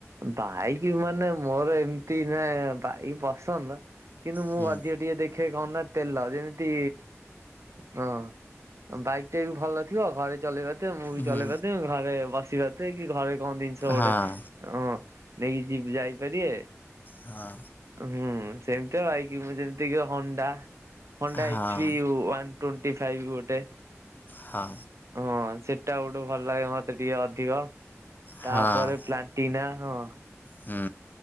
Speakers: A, on the right; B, on the left.
A: ବାଇକି ମାନେ ମୋର ଏମତି ନା ବାଇକି ପସନ୍ଦ। କିନ୍ତୁ ମୁଁ
B: ହୁଁ
A: ଅଧିକ ଟିକେ ଦେଖେ କଣ ନା ତେଲ। ଯେମିତି ହଁ। ବାଇକ୍ ଟେ ବି ଭଲ ଥିବ। ଘରେ ଚଲେଇ ପାରୁଥିବେ। ମୁଁ ବି
B: ହୁଁ
A: ଚଲେଇ ପାରୁଥିବି। ଘରେ ବସି ପାରୁଥିବେ। କି ଘରେ କଣ ଜିନିଷ ଗୋଟେ
B: ହଁ
A: ହଁ ନେଇକି ଯି ଯାଇପାରିବେ।
B: ହଁ
A: ହୁଁ ସେମିତିଆ ବାଇକି କି ଯେମିତିକା କି ହୁଣ୍ଡା। ହୁଣ୍ଡା
B: ହଁ
A: ଏଚ୍ ବି ୱାନ ଟେଣ୍ଟି ଫାଇବ ଗୋଟେ।
B: ହଁ
A: ହଁ ସେଟା ଗୋଟେ ଭଲ ଲାଗେ ମତେ ଟିକେ ଅଧିକ। ତାପରେ
B: ହଁ
A: ପ୍ଲାଣ୍ଟିନା ହଁ
B: ହୁଁ।